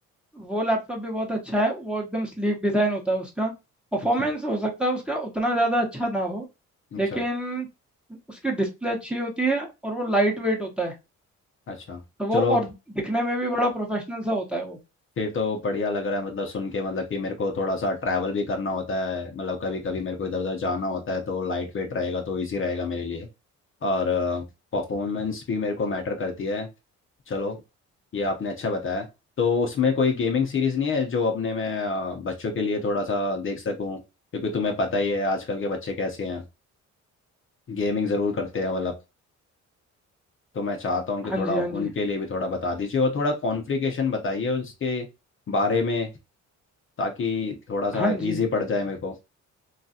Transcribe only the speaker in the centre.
वो लैपटॉप भी बहुत अच्छा है वो एकदम स्लीक डिज़ाइन होता है उसका परफॉर्मेंस
हो सकता है उसका उतना ज़्यादा अच्छा ना हो
लेकिन उसकी डिस्प्ले अच्छी होती है और वो लाइट वेट होता है
तो वो
और दिखने में भी बड़ा प्रोफेशनल सा होता है वो
हाँ
जी हाँ जी
हाँ
जी